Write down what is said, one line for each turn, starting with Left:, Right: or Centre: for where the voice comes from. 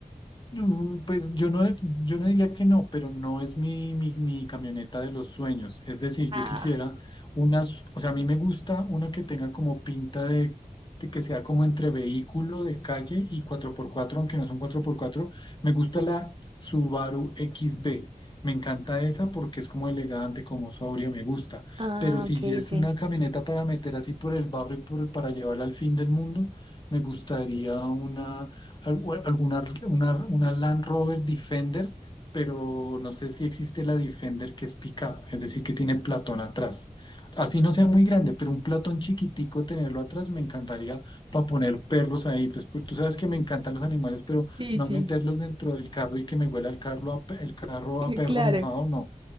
Left: Mm, Pues yo no, yo no diría que no, pero no es mi, mi, mi camioneta de los sueños. Es decir, yo
Right: Ah,
Left: quisiera unas, o sea, a mí me gusta una que tenga como pinta de, de que sea como entre vehículo de calle y cuatro por cuatro aunque no son cuatro por cuatro Me gusta la Subaru X B Me encanta esa porque es como elegante, como sobria, me gusta.
Right: ah,
Left: Pero si
Right: ok,
Left: es
Right: ok.
Left: una camioneta para meter así por el barrio y por, para llevarla al fin del mundo, me gustaría una algu- alguna una, una Land Rover Defender, pero no sé si existe la Defender que es pickup, es decir, que tiene platón atrás. Así no sea muy grande, pero un platón chiquitico tenerlo atrás me encantaría para poner perros ahí. Pues, pues, tú sabes que me encantan los animales, pero
Right: Sí,
Left: no
Right: sí.
Left: meterlos dentro del carro y que me huela el carro a, pe- el carro
Right: <laughs>
Left: a perro
Right: Claro,
Left: mojado, no